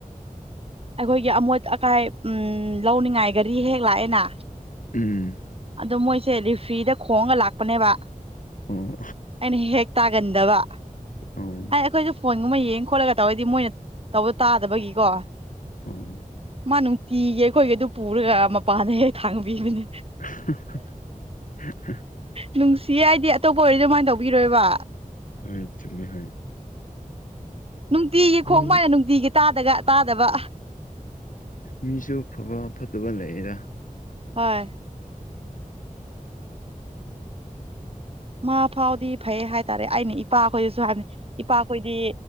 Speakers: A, on the right; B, on the left.
A: ꯑꯩꯈꯣꯏꯒꯤ ꯑꯃꯣꯠ ꯑꯀꯥꯏ ꯎꯝ ꯂꯧꯅꯤꯡꯉꯥꯏ ꯒꯔꯤ ꯍꯦꯛ ꯂꯥꯛꯑꯦꯅ
B: ꯎꯝ
A: ꯑꯗꯣ ꯃꯣꯏꯁꯦ ꯂꯤꯐ꯭ꯔꯤꯗ ꯈꯣꯡꯉꯒ ꯂꯥꯛꯄꯅꯦꯕ
B: ꯑꯣ
A: ꯑꯩꯅ ꯍꯦꯛ ꯍꯦꯛ ꯇꯥꯒꯟꯗꯕ ꯑꯥꯏ
B: ꯑꯣ
A: ꯑꯩꯈꯣꯏꯖꯨ ꯐꯣꯟ ꯒꯨꯝꯕ ꯌꯦꯡ ꯈꯣꯠꯂꯒ ꯇꯧꯔꯗꯤ ꯃꯣꯏꯅ ꯇꯧꯕꯗꯣ ꯇꯥꯗꯕꯒꯤꯀꯣ
B: ꯎꯝ
A: ꯃꯥ ꯅꯨꯡꯇꯤꯒꯤ ꯑꯩꯈꯣꯏꯒꯤꯗꯨ ꯄꯨꯔꯒ ꯃꯄꯥꯟꯗ ꯍꯦꯛ ꯊꯥꯡꯕꯤꯕꯅꯦ
B: <unintelligible>
A: ꯅꯨꯡꯁꯤꯌꯦ ꯑꯩꯗꯤ ꯑꯇꯣꯞꯄ ꯑꯣꯏꯔꯗꯤ ꯑꯗꯨꯃꯥꯏꯟ ꯇꯧꯕꯤꯔꯣꯏꯕ
B: ꯍꯣꯏ ꯆꯨꯝꯃꯦ ꯍꯣꯏ
A: ꯅꯨꯡꯇꯤꯒꯤ
B: ꯃꯤ
A: ꯈꯣꯡ ꯃꯥꯏꯅ ꯅꯨꯡꯇꯤꯒꯤ ꯇꯥꯗꯒ ꯇꯥꯗꯕ
B: ꯃꯤꯁꯨ ꯐꯕ ꯐꯠꯇꯕ ꯂꯩꯌꯦꯗ
A: ꯍꯣꯏ ꯃꯥ ꯐꯥꯎꯗꯤ ꯐꯩ ꯍꯥꯏꯇꯥꯔꯦ ꯑꯩꯅ ꯏꯄꯥꯈꯣꯏꯗꯁꯨ ꯍꯥꯏꯕꯅꯤ ꯏꯄꯥꯈꯣꯏꯗꯤ